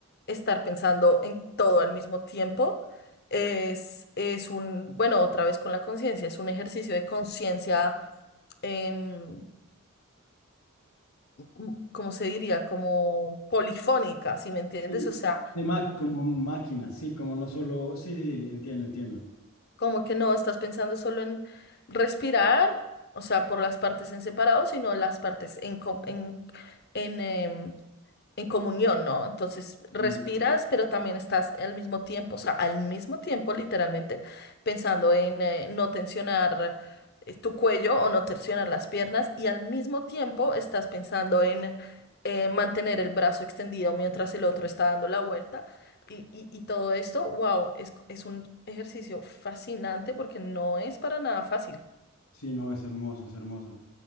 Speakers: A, on the left; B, on the left.
A: estar pensando en todo al mismo tiempo. Es, es un, bueno, otra vez con la conciencia, es un ejercicio de conciencia, em, m- ¿cómo se diría? Como polifónica, si me entiendes?
B: Sí,
A: O sea,
B: de ma- como máquina, sí, como no solo. Sí, sí, sí, entiendo, entiendo.
A: Como que no estás pensando solo en respirar, o sea, por las partes en separado, sino las partes en, co- en, en, em, en comunión, ¿no? Entonces respiras,
B: sí
A: pero también estás al mismo tiempo, o sea, al mismo tiempo, literalmente, pensando en eh, no tensionar eh, tu cuello o no tensionar las piernas y al mismo tiempo estás pensando en eh, mantener el brazo extendido mientras el otro está dando la vuelta. Y, y- y todo esto, wow, es, es un ejercicio fascinante porque no es para nada fácil.
B: sí, no, es hermoso, es hermoso.